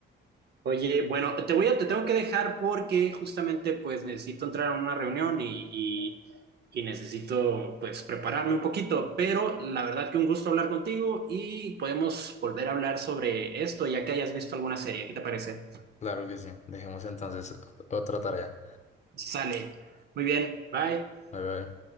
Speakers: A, on the right; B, on the left.
A: Oye, bueno, te voy a, te tengo que dejar porque justamente pues necesito entrar a una reunión y, y, y necesito pues prepararme un poquito, pero la verdad que un gusto hablar contigo y podemos volver a hablar sobre esto ya que hayas visto alguna serie. ¿Qué te parece?
B: Claro que sí. Dejemos entonces ot- otra tarea.
A: Sale. Muy bien, bye.
B: Bye, bye.